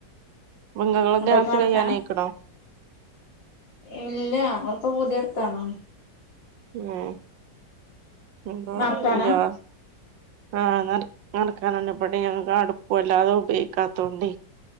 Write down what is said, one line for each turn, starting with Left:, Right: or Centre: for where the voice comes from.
Right: <unintelligible>
Left: അപ്പഴേക്ക്
Right: ആസ്
Left: നെറക്കാനാ
Right: കയ്യാനയ്ക്ണോ?
Left: ഇല്ല, ങ്ങള്, പ്പ, പുതിയട്‌ത്താണോ?
Right: ഏഹ്, ഞ്പൊ
Left: നെറക്കാനാ
Right: ഗ്യാസ്. ആഹ്, നട്‌, നട്‌ക്കാനന്നെ ബടിം ഞങ്ങക്, അടുപ്പും, വല്ലാതെ- ഉപയോഗിക്കാത്തോണ്ടെ?